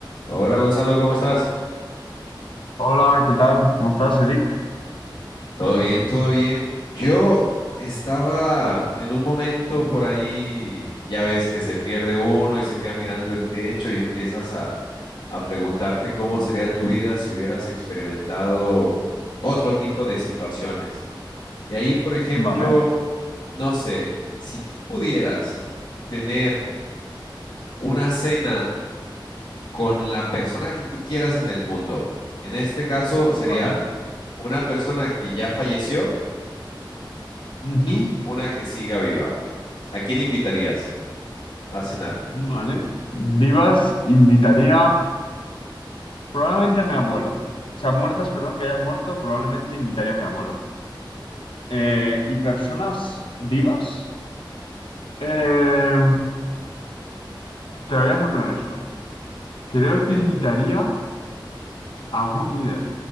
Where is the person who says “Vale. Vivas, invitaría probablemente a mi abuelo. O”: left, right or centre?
Left